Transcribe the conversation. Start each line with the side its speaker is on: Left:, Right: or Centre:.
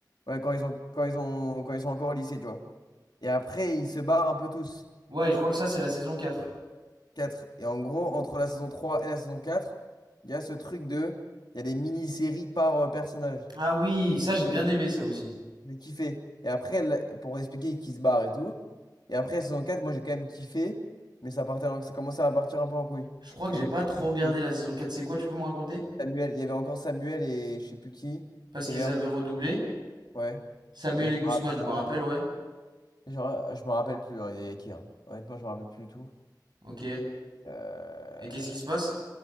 Left: ouais, quand ils ont, quand ils ont, quand ils sont encore au lycée, tu vois. Et après, ils se barrent un peu tous.
Right: Ouais, je crois que ça, c'est la saison 4.
Left: quatre, Et en gros, entre la saison 3 et la saison 4, il y a ce truc de... Il y a des mini-séries par euh, personnage.
Right: Ah oui, ça, j'ai bien aimé ça aussi.
Left: J'ai kiffé. Et après, la- pour expliquer qu'il se barre et tout. Et après, saison 4 moi, j'ai quand même kiffé. Mais ça partait, en- ça commençait à partir un peu en couille.
Right: Je crois que
Left: Mais
Right: j'ai
Left: j'ai
Right: pas trop regardé
Left: kiffé.
Right: la saison 4. C'est quoi, tu peux me raconter?
Left: Samuel, il y avait encore Samuel et je sais plus qui,
Right: Parce
Left: qui
Right: qu'ils
Left: avait Erdogan.
Right: avaient redoublé.
Left: Ouais.
Right: Samuel
Left: Et je
Right: et Guzman,
Left: me rappelle,
Right: je me rappelle, ouais.
Left: genre, je me rappelle plus, hein, il y avait qui, hein. Honnêtement, je me rappelle plus du tout.
Right: Ok. Et
Left: Euh,
Right: qu'est-ce qui se passe?